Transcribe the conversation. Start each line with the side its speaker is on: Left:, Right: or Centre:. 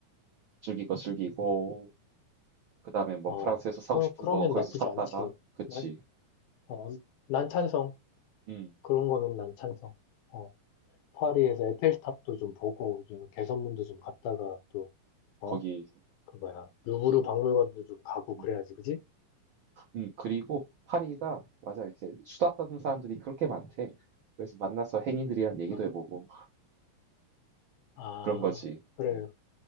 Right: 즐길 거 즐기고 그다음에 뭐
Left: 어,
Right: 프랑스에서 사고
Left: 그,
Right: 싶은
Left: 그러면
Right: 거 거기서
Left: 나쁘지
Right: 샀다가
Left: 않지.
Right: 그치.
Left: 난, 어, 난 찬성.
Right: 음,
Left: 그런 거면 난 찬성. 어. 파리에서 에펠탑도 좀 보고 좀 개선문도 좀 갔다가 또 어?
Right: 거기
Left: 그 뭐야 루브르 박물관도 좀 가고 그래야지
Right: 음,
Left: 그지?
Right: 음, 그리고 파리가 맞아 이렇게 수다 떠는 사람들이 그렇게 많대. 그래서 만나서 행인들이랑 얘기도
Left: 아,
Right: 해보고
Left: 아,
Right: 그런 거지.
Left: 그래
Right: 음,